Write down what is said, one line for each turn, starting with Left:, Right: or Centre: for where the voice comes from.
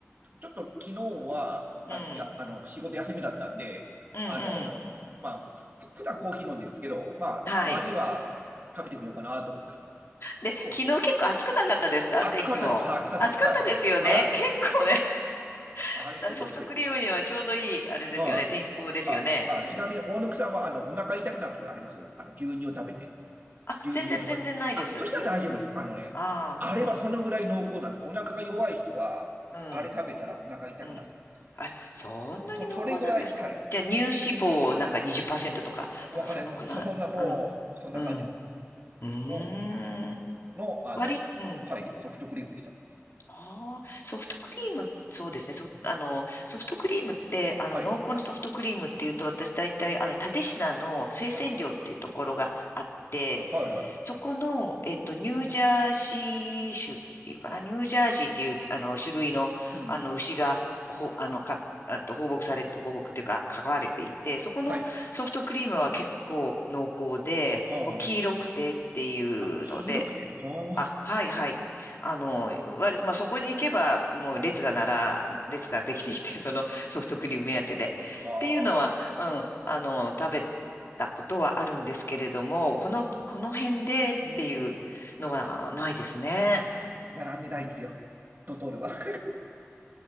Right: ちょっと昨日は、
Left: うん、
Right: あの、や、あの、仕事休みだったんで、
Left: う
Right: あの、
Left: ん。
Right: まあ、ふ普段コーヒー飲んでるんですけど、まあ、
Left: はい。
Right: たまには食べてみようかなと思って。
Left: で、
Right: お、
Left: 昨日結構暑くなかったですか天気も。
Right: 暑かったです。はい、暑かったです。
Left: 暑かったですよね。
Right: はい。はい。
Left: 結構ね。<laughs>
Right: あれすごいですよ。
Left: だからソフトクリームにはちょうどいい、あれですよね。
Right: はい。
Left: 天候ですよね。
Right: あ、あ、
Left: うん。
Right: ちなみに、大野木さんは、あの、お腹痛くなるところありますあの、牛乳を食べて。
Left: あ、
Right: 牛乳とか。
Left: 全然全然ないです。
Right: あ、そしたら大丈夫です。あのね、
Left: ああ、
Right: あれはそのぐらい濃厚なんです。
Left: うん、
Right: お腹が弱い人は、
Left: うん。
Right: あれ食べたらお腹痛くなると思います。
Left: うん。あ、そんなに濃厚なんですか。
Right: そそれぐらい、はい、
Left: じゃあ、乳脂肪なんか20%とか、なんかそのくらい。
Right: わかんないですけど、もうそそんな、もう、
Left: うん、
Right: もうそんな感じの、
Left: うん、う
Right: の、
Left: ーん。
Right: の、あの、
Left: 割、うん。
Right: はい、ソフトクリームでした。
Left: ああ、ソフトクリーム、そうですね。そ、あの、ソフトクリームって、あの、
Right: はい。
Left: 濃厚のソフトクリームっていうと、私大体、あの、蓼科の生鮮量っていうところがあって、
Right: はい、はい、はい。
Left: そこの、えっと、ニュージャージー州っていうかな、ニュージャージーっていう、あの、種類の、
Right: うん。
Left: あの、牛が、ほ、あの、か、あと放牧されて、放牧っていうか、飼われていて、そこのソフトクリームは結構濃厚で、
Right: はい。はあ、
Left: もう黄色くてっていうので、
Right: はあ。あ、黄色くて、はあ。
Left: あ、はいはい。あの、割と、まあ、そこに行けば、もう列がなら、
Right: うん。
Left: 列ができていて、<laughs> そのソフトクリーム目当てで。
Right: は
Left: っていうのは、うん、あの、食べたことはあるんですけれども、この、
Right: あ。も
Left: この辺でっていうのはないですね。
Right: ううん。並んでないですよ。ドトールは。<laughs>